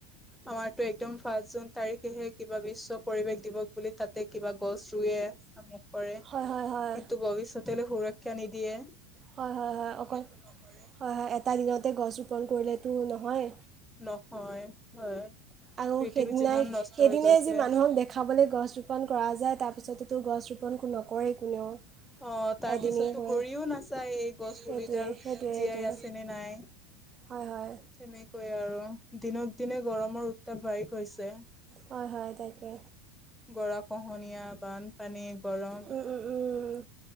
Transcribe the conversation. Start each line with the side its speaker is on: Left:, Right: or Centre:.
Centre: আমাৰতো একদম পাঁচ জুন তাৰিখেহে কিবা বিশ্ব পৰিবেশ দিৱস বুলি তাতে কিবা গছ ৰুৱে আমুক কৰে
Right: হয় হয় হয়
Centre: কিন্তু ভৱিষ্যতেলৈ সুৰক্ষা নিদিয়ে এ
Right: হয় হয় হয় অকল হয় হয় এটা দিনতে গছ ৰোপণ কৰিলে টো নহয়
Centre: নহয় হয়
Right: আৰু
Centre: পৃথিৱী
Right: সেইদিনাই,
Centre: যিমান নষ্ট
Right: সেইদিনাই
Centre: হৈ গৈছে
Right: যি মানুহক দেখাবলৈ গছ ৰোপন কৰা যায় তাৰপিছততো গছ ৰোপন মন কোন নকৰেই কোনেও
Centre: অ তাৰ
Right: এদিনেই
Centre: পিছততো
Right: কৰে
Centre: ঘুৰিও নাচায়, এই গছ
Right: সেইটোৱে
Centre: পুলিডাল
Right: সেইটোৱে
Centre: জীয়াই
Right: সেইটোৱে
Centre: আছে নে নাই।
Right: হয় হয়
Centre: তেনেকৈয়ে আৰু দিনক-দিনে গৰমৰ উত্তাপ বাঢ়ি গৈছে।
Right: হয়-হয় তাকে
Centre: গৰা-খহনীয়া, বানপানী, গৰম
Right: উম উম উম